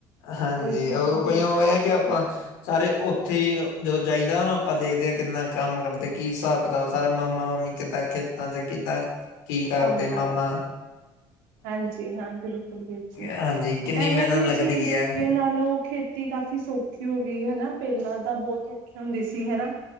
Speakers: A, on the left; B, on the right.
A: ਹਾਂਜੀ
B: ਨਹੀਂ ਠੀਕ
A: ਉਹ
B: ਹੈ
A: ਕੋਈ
B: ਜੀ
A: ਹੋਆ ਕਿ ਆਪਾਂ ਸਾਰੇ ਉੱਥੇ ਜਦੋਂ ਜਾਈਦਾ ਆਪਾਂ ਦੇਖਦੇ ਹਾਂ ਕਿੰਨਾ ਕੰਮ ਕਰਦੇ ਕੀ ਹਿਸਾਬ ਕਿਤਾਬ ਸਾਰਾ ਮਾ ਮਾਮਾ- ਮਾਮੀ ਕਿੱਦਾਂ ਖੇਤਾਂ 'ਚ ਕਿੱਦਾਂ ਕੀ ਕਰਦੇ
B: ਕੰਮ ਕਾਜ
A: ਮਾਮਾ
B: ਹਾਂਜੀ ਹਾਂਜੀ ਬਿਲਕੁਲ ਬਿਲਕੁਲ
A: ਹਾਂਜੀ ਕਿੰਨੀ
B: ਐਵੇਂ
A: ਮਿਹਨਤ
B: ਵੀ
A: ਲੱਗਦੀ
B: ਜੀ ਅੱਗੇ
A: ਹੈ
B: ਨਾਲੋਂ ਖੇਤੀ ਕਾਫ਼ੀ ਸੌਖੀ ਹੋ ਗਈ ਹਨਾ। ਪਹਿਲਾਂ ਤਾਂ ਬਹੁਤ ਔਖੀ ਹੁੰਦੀ ਸੀ ਹਨਾ